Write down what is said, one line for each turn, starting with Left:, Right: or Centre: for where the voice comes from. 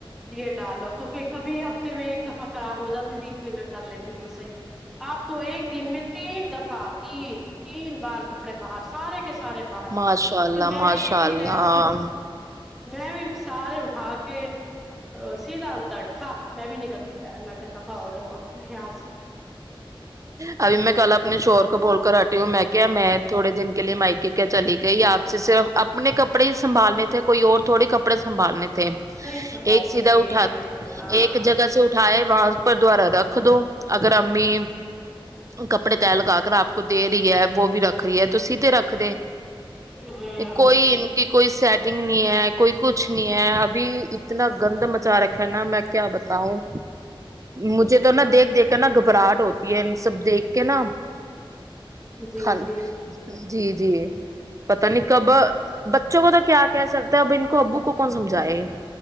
Centre: یہ ڈالو تو پھر کبھی ہفتے میں ایک دفعہ خراب ہو جاتی تھی پھر میں کر لیتی تھی صحیح آپ تو ایک دن میں تین دفعہ تین تین بار کپڑے باہر سارے کے سارے باہر
Right: ماشاء اللہ
Centre: میں
Right: ماشاء
Centre: بھی انی
Right: اللہ
Centre: رس میں بھی سارے اٹھا کے رسیی ہاں میں بھی نہیں کرتی میں ہو جاؤ وہاں سے یہاں سے
Right: ابھی میں کل اپنے شور کو بول کر ہٹی ہوں میں کیا میں تھوڑے دن کے لیے مائکے کیا چلی گئی آپ سے صرف اپنے کپڑے ہی سنبھالنے تھے کوئی اور تھوڑے کپڑے سنبھالنے تھے تھ
Centre: نہیں سنبھالتے
Right: ایک سیدھا
Centre: یہ
Right: اٹھا
Centre: آ،
Right: ایک جگہ سے اٹھاائے آواز پر <inaudible> دوارا رکھ دو اگر امی کپڑے لگا کر آپ کو دے رہی ہے وہ بھی رکھ رہی ہے تو سیھے رکھ
Centre: ہاں
Right: کوئی اٹی کوئی سٹ دگنی ایک کوئی کچھ نہیں ہے ابھی اتنا گند مچا رک ہے نا میں کیا بتاؤں مجھے تو نا دیکھ دیکھ کے نا گھبراہٹ ہوتی ہے ان سب دیکھ کے نا
Centre: جی
Right: خل
Centre: جی
Right: جی جی پتا نہیں کب بچوں کو تو کیا کہہ سکتے اب ان کو ابو کو کون سمجھائے